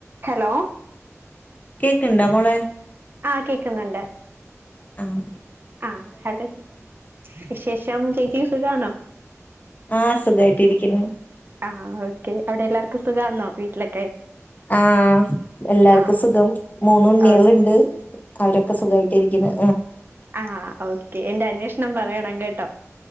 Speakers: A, on the right; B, on the left.
A: Hello
B: cake ഇണ്ടാ മോളെ
A: ആഹ് കേക്ക്ന്ന്ണ്ട്
B: അഹ്
A: ആഹ് അത് വിശേഷം ചേച്ചിക്ക് സുഖണോ
B: ആഹ് സുഖയിട്ട് ഇരിക്ക്ന്ന്
A: ആഹ് ഓക്കെ അവിടെ എല്ലാവർക്കും സുഖന്നോ വീട്ടിലൊക്കെ
B: ആഹ് എല്ലാർക്കും
A: ആ
B: സുഖം മൂന്ന് ഉണ്ണിള്ണ്ട്
A: ഓ
B: അവരൊക്കെ സുഖയി ട്ട് ഇരിക്ക്ന്ന്
A: ആഹ് ഓക്കെ എന്റെ അന്വേഷണം പറയണം കേട്ടോ